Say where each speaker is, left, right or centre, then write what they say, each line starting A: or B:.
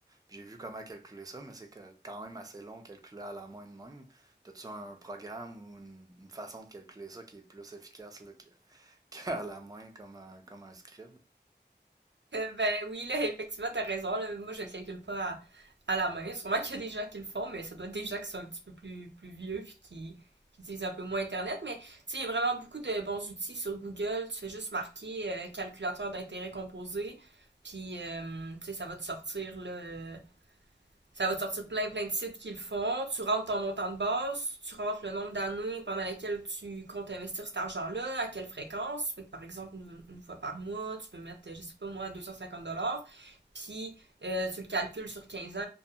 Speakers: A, on the right; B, on the right.
A: puis j'ai vu comment calculer ça, mais c'est que- quand même assez long calculer à la main de même. As-tu un programme ou une, une façon de calculer ça qui est plus efficace là, que, <laughs> qu'à la main comme un, comme un scribe?
B: Euh, ben oui, là, <laughs> effectivement, t'as raison. Là. Moi, je le calcule pas à, à la main. Sûrement qu'il y a des gens qui le font, mais ça doit être des gens qui sont un petit peu plus, plus vieux puis qui, qui utilisent un peu moins Internet. Mais tu sais, il y a vraiment beaucoup de bons outils sur Google. Tu fais juste marquer euh, calculateur d'intérêt composé, puis euh, tu sais, ça va te sortir là, euh, Ça va te sortir plein plein de sites qui le font. Tu rentres ton montant de base, tu rentres le nombre d'années pendant lesquelles tu comptes investir cet argent-là, à quelle fréquence. Fait que par exemple, une, une fois par mois, tu peux mettre, je sais pas moi, 250 dollars. Puis euh, tu le calcules sur 15 ans,